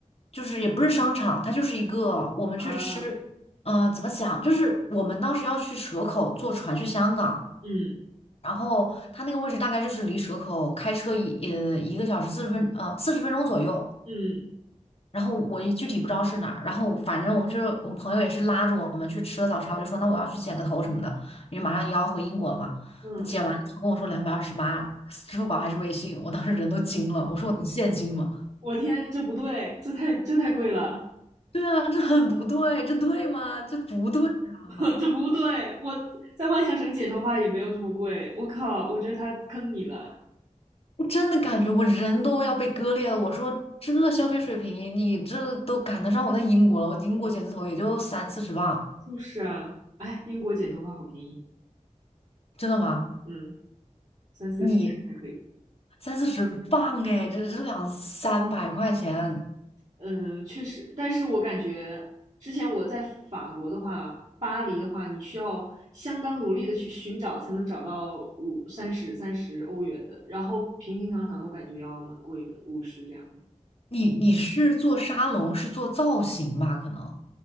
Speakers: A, on the left; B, on the right.
A: 就是也不是商场，它就是一个我们去吃，
B: 啊？
A: 呃，怎么讲？就是我们当时要去蛇口坐船去香港，
B: 嗯
A: 然后它那个位置大概就是离蛇口开车一呃一个小时四十分呃四十分钟左右，
B: 嗯
A: 然后我也具体不知道是哪儿，然后反正我们就是我们朋友也是拉着我们去吃了早茶，我就说那我要去剪个头什么的，因为马上也要回英国了嘛。
B: 嗯，
A: 那剪完了头跟我说两百二十八，<laughs> 支付宝还是微信，我当时人都惊了，我说我能现金吗？
B: 我天，这不对，这太这太贵了。
A: 对啊，这很不对，这对吗？这不对
B: <laughs>
A: 啊！
B: 这不对，我在万象城剪头发也没有这么贵。我靠，我觉得他坑你了。
A: 我真的感觉我人都要被割裂了。我说这消费水平，你这都赶得上我在英国了。我英国剪字头也就三四十磅，
B: 就是啊，哎，英国剪头发好便宜，
A: 真的吗？
B: 嗯，三四十还可以。
A: 你三四十磅哎，这这两三百块钱，
B: 嗯，确实，但是我感觉之前我在法国的话，巴黎的话，你需要相当努力的去寻找，才能找到五三十三十欧元的，然后平平常常的，我感觉要蛮贵的，五十这样的。
A: 你你是做沙龙，是做造型吧？可能。